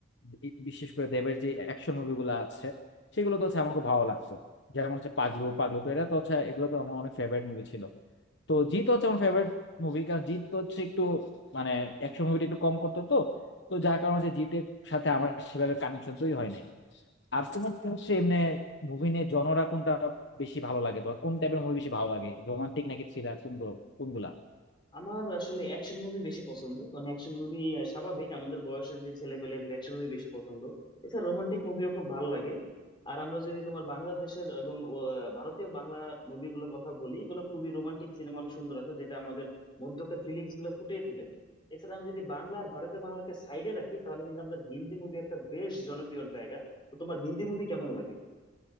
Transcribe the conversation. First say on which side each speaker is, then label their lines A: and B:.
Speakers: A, on the left (about 60°); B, on the left (about 25°).
A: বি- বিশেষ করে দেবের যে অ্যাকশন মুভিগুলো আছে সেগুলো তো হচ্ছে আমার খুব ভালো লাগতো যেমন হচ্ছে পাগলু পাগলু তো এটা তো হচ্ছে এগুলো তো আমার অনেক ফেভারিট মুভি ছিল তো জিত হচ্ছে আমার ফেভারিট মুভি কারণ জিত তো হচ্ছে একটু মানে অ্যাকশন মুভিটা একটু কম করতো তো তো যার কারণে হচ্ছে জিতের সাথে আমার সেভাবে কানেকশন তৈরি হয় নাই আর তোমার কি হচ্ছে এমনি মুভি নিয়ে জনরা কোনটা বেশি ভালো লাগে তোমার কোন টাইপের মুভি বেশি ভালো লাগে রোমান্টিক নাকি থ্রিলার কোনগুলো কোনগুলা
B: আমার আসলে অ্যাকশন মুভি বেশি পছন্দ কারণ অ্যাকশন মুভি স্বাভাবিক আমাদের বয়সের যে ছেলে পেলেদের অ্যাকশন মুভি বেশি পছন্দ এছাড়া রোমান্টিক মুভিও খুব ভালো লাগে আর আমরা যদি তোমার বাংলাদেশের এবং আহ, ভারতীয় বাংলা মুভিগুলোর কথা বলি এগুলো খুবই রোমান্টিক সিনেমা অনেক সুন্দর আছে যেটা আমাদের মধ্যকার ফিলিংস গুলো ফুটিয়ে তোলে এছাড়া আমি যদি বাংলা আর ভারতীয় বাংলাকে সাইডে রাখি তাহলে কিন্তু আমাদের হিন্দি মুভি একটা বেশ জনপ্রিয় জায়গা তো তোমার হিন্দি মুভি কেমন লাগে